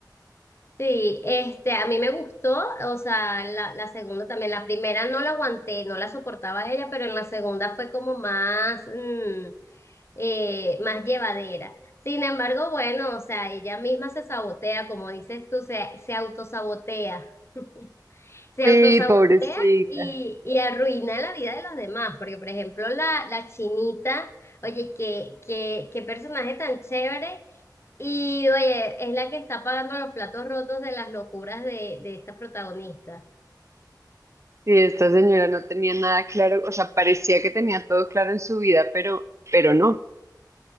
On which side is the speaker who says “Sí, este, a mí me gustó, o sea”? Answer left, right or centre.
Left